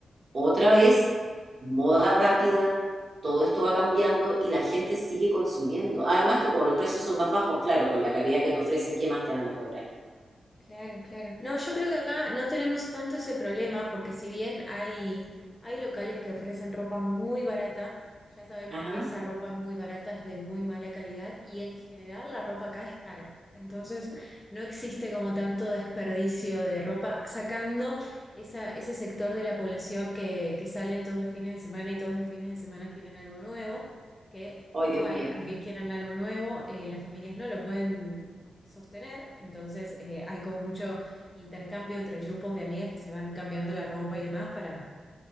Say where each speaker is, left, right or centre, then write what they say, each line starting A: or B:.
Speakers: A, on the right; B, on the left.
A: Otra
B: Claro.
A: vez, moda rápida, todo esto va cambiando y la gente sigue consumiendo. Además que como los precios son más bajos, claro, con la calidad que te ofrecen, ¿qué más te van a cobrar?
B: Claro, claro. No, yo creo que acá no tenemos tanto ese problema porque si bien hay, hay locales que ofrecen ropa muy barata, ya sabemos
A: Ajá.
B: que esa ropa muy barata es de muy mala calidad y en general la ropa acá es cara. Entonces no existe como tanto desperdicio de ropa, sacando esa, ese sector de la población que, que salen todos los fines de semana y todos los fines de semana quieren algo nuevo, que
A: Ay,
B: igual,
A: Dios mío.
B: aunque quieran algo nuevo, eh, las familias no lo pueden sostener, entonces eh, hay como mucho intercambio entre grupos de amigas que se van cambiando la ropa y demás para,